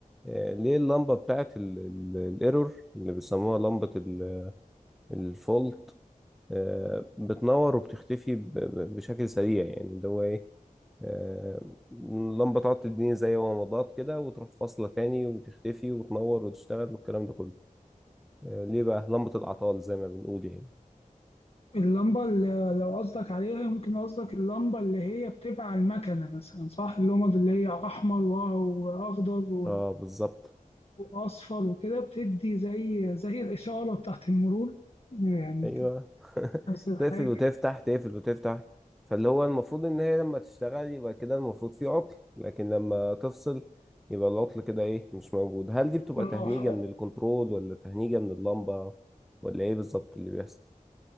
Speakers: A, in the centre; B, on the left.
A: آه ليه اللمبة بتاعت ال- ال- الايرور اللي بيسموها لمبة ال- الفولت آه بتنور وبتختفي ب- ب- بشكل سريع يعني اللي هو ايه آه اللمبة تقعد تديني زي ومضات كده وتروح فاصلة تاني وتختفي وتنور وتشتغل والكلام ده كله آه ليه بقى لمبة العطال زي ما بنقول يعني
B: اللمبه اللي لو قصدك عليها ممكن قصدك اللمبه اللي هي بتبقى على المكنه مثلا صح اللمض اللي هي احمر و- واخضر و-
A: اه بالظبط
B: واصفر وكده بتدي زي زي الاشاره بتاعت المرور يعني
A: ايوه
B: بتدي
A: <laughs>
B: نفس الحاجه
A: تقفل وتفتح تقفل وتفتح فاللي هو المفروض ان هي لما تشتغل يبقى كده المفروض في عطل لكن لما تفصل يبقى العطل كده ايه مش موجود هل دي بتبقى
B: راح
A: تهنيجة من الكنترول ولا تهنيجة من اللمبة ولا ايه بالظبط اللي بيحصل